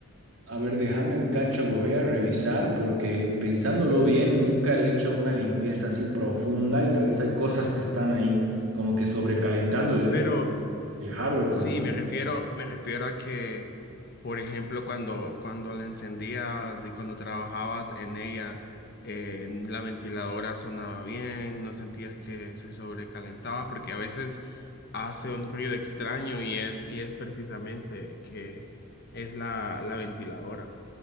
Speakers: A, on the right (about 70°); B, on the left (about 50°).
A: A ver, déjame un cacho, voy a revisar porque pensándolo bien, nunca le he hecho una limpieza así profunda y tal vez hay cosas que están ahí como que sobrecalentando el,
B: pero
A: el- el hardware, como
B: Sí,
A: di-
B: me refiero, me refiero a que, por ejemplo, cuando, cuando la encendías y cuando trabajabas en ella, eh, la ventiladora sonaba bien, no sentías que se sobrecalentaba, porque a veces hace un ruido extraño y es, y es precisamente que es la, la ventiladora.